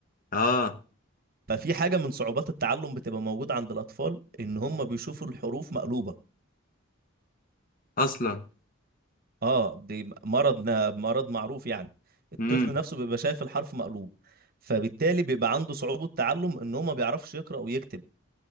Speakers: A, on the left; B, on the right.
A: اه
B: ففي حاجة من صعوبات التعلم بتبقى موجودة عند الأطفال إن هم بيشوفوا الحروف مقلوبة
A: اصلا
B: اه دي مرض مرض معروف يعني الطفل
A: امم
B: نفسه بيبقى شايف الحرف مقلوب فبالتالي بيبقى عنده صعوبة تعلم إن هو ما بيعرفش يقرأ ويكتب